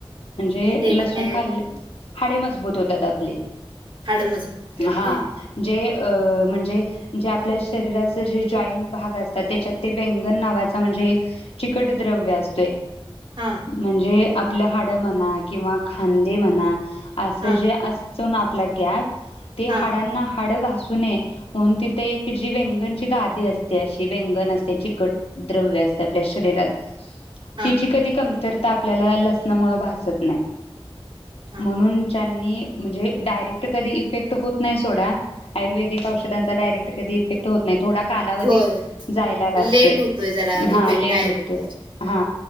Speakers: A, on the left (about 80°); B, on the right (about 55°).
A: म्हणजे
B: मग त्यानं
A: लसूण
B: काय
A: खाल्ल हाडे मजबूत होतात आपली.
B: हाडं मजबूत होतात
A: हा
B: काय?
A: जे अ म्हणजे जे आपल्या शरीराच जे जॉइन्ट भाग असतात. त्याच्यात ते व्यंगन नावाचा म्हणजे एक चिकट द्रव्य असतोय.
B: हां,
A: म्हणजे आपली हाडं म्हणा किंवा खांदे म्हणा असं
B: हां,
A: जे अस तो ना आपला गॅप ते
B: हां,
A: हाडांना हाड घा घासू नये म्हणून तिथ एक जी व्यंगणची गादी असते. ती अशी व्यंगन असते चिकट द्रव्य असते आपल्या शरीरात
B: हां,
A: तिची कधी कमतर तर आपल्याला लसणमुळ भासत नाही.
B: हां.
A: म्हणून ज्यांनी म्हणजे डायरेक्ट कधी इफेक्ट होत नाही सोडा. आयुर्वेदिक औषधांचा डायरेक्ट कधी इफेक्ट होत नाही. थोडा कालावधी
B: होय.
A: जायला लागतोय.
B: लेट होतोय जरा
A: हा
B: इफेक्ट
A: लेट
B: आयुर्वेदिक
A: होतोय.
B: औषध.
A: हा